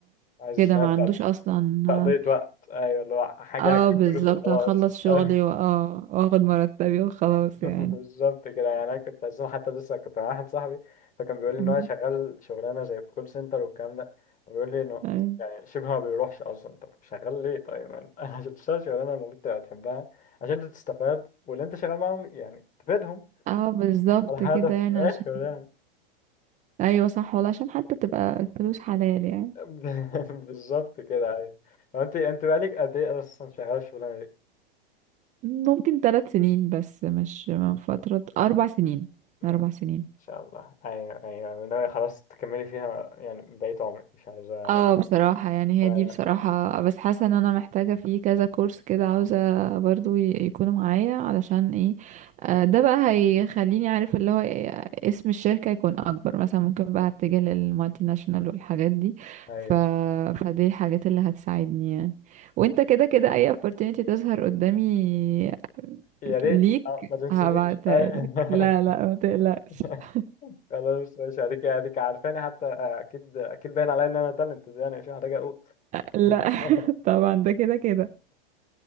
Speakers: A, on the left (about 25°); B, on the right (about 25°).
A: عايز
B: كده
A: أشتغل
B: ما
A: تق-
B: عندوش اصلا
A: تقضية وقت أيوه اللي هو حاجة
B: اه
A: هجيب
B: بالظبط
A: فلوس وخلاص
B: هخلص شغلي
A: <laughs>
B: واه واخد مرتبي وخلاص
A: <laughs> بالظبط
B: يعني
A: كده يعني انا كنت اساسا حتى لسه كنت مع واحد صاحبي فكان بيقول لي
B: مم.
A: ان هو شغال شغلانه زي في كول سنتر والكلام ده وبيقول لي انه
B: ايوه
A: يعني شبه ما بيروحش اصلا طب شغال ليه طيب ما أنا <laughs> عشان تشتغل شغلانه المفروض تبقى بتحبها عشان انت تستفاد واللي انت شغال معاهم يعني تفيدهم
B: اه بالظبط
A: ده الهدف
B: كده يعني
A: في اه الاخر
B: عشان
A: يعني
B: ايوه صح والله عشان حتى تبقى الفلوس حلال يعني
A: <laughs> بالظبط كده ايوه هو انت انت بقالك قد ايه اصلا شغال الشغلانه دي
B: ممكن ثلاث سنين بس مش من فترة أربع سنين
A: ما
B: أربع سنين
A: شاء الله ايوه ايوه وناوي خلاص تكملي فيها يعني بقيت عمرك مش عايزه
B: اه بصراحة يعني
A: ايوه
B: هي دي بصراحة بس حاسة ان انا محتاجة في كذا كورس كده عاوزة برضو ي- يكونوا معايا علشان ايه آه، ده بقى هيخليني عارف اللي هو إيه اسم الشركة يكون اكبر مثلا ممكن بقى اتجه للمالتي ناشونال والحاجات دي
A: أيوه.
B: ف... فدي الحاجات اللي هتساعدني يعني وانت كده كده اي opportunity تظهر قدامي
A: يا ريت
B: ليك
A: آه، ما تنسنيش
B: هبعتها
A: أي-
B: لك لا لا ما تقلقش
A: <laughs>
B: <laughs>
A: خلاص ماشي هديك هديك عارفاني حتى آه، اكيد اكيد باين عليا ان انا تالنت يعني مش محتاج اقول
B: لا
A: <laughs>
B: <laughs> طبعا ده كده كده